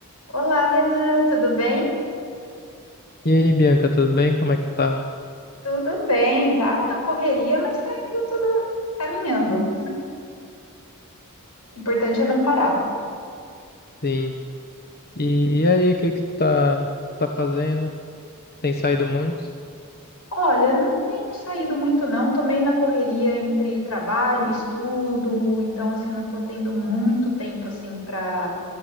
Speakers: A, on the left; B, on the left.
A: Olá, Renan, tudo bem?
B: E aí, Bianca, tudo bem? Como é que tá?
A: Tudo bem, tá na correria, mas tá indo tudo caminhando. O importante é não parar.
B: Sim. E, e aí, o que que tu tá, tá fazendo? Tem saído muito?
A: Olha, não tenho saído muito não, tô meio na correria entre trabalho, estudo, então assim, não tô tendo muito tempo assim para